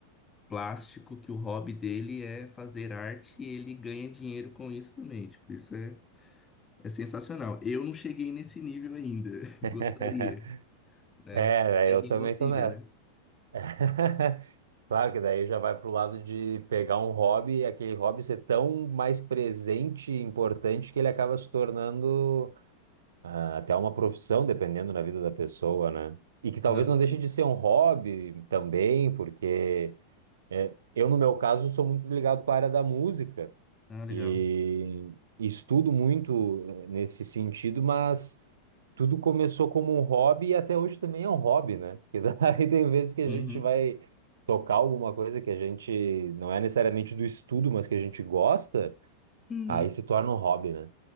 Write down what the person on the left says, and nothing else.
plástico que o hobby dele é fazer arte e ele ganha dinheiro com isso também. Tipo, isso é, é sensacional. Eu não cheguei nesse nível ainda. <laughs>
Gostaria, né?
Tem
quem
consiga,
né?
Exatamente.
Ah, legal.
Uhum.
Uhum.